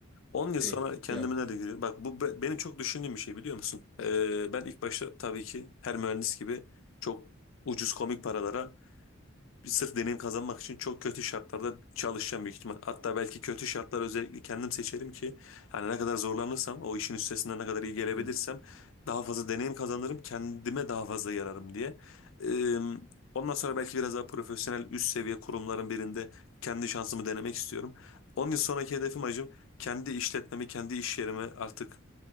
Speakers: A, on the left (about 80°); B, in the centre.
A: 10 yıl
B: Direkt
A: sonra kendimi
B: cevap.
A: nerede görüyorum? Bak bu be- benim çok düşündüğüm bir şey biliyor musun? Ee, ben ilk başta tabii ki her mühendis gibi çok ucuz komik paralara sırf deneyim kazanmak için çok kötü şartlarda çalışacağım büyük ihtimal. Hatta belki kötü şartlar özellikle kendim seçerim ki yani ne kadar zorlanırsam o işin üstesinden ne kadar iyi gelebilirsem
B: Evet evet.
A: daha fazla deneyim kazanırım kendime daha fazla yararım diye. Ee, ondan sonra belki biraz daha profesyonel üst seviye kurumların birinde kendi şansımı denemek istiyorum. 10 yıl sonraki hedefim acım kendi işletmemi kendi iş yerimi artık